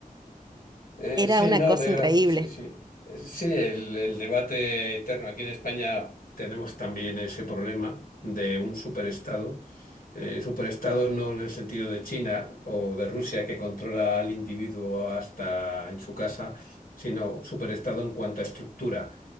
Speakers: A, on the left (about 75°); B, on the right (about 30°).
A: Eh,
B: era
A: sí,
B: una
A: no,
B: cosa
A: de
B: increíble.
A: gra- sí, sí. Eh, Sí, el, el debate eterno. Aquí en España tenemos también ese problema de un superestado eh, superestado no en el sentido de China o de Rusia que controla al individuo hasta en su casa, sino superestado en cuanto a estructura,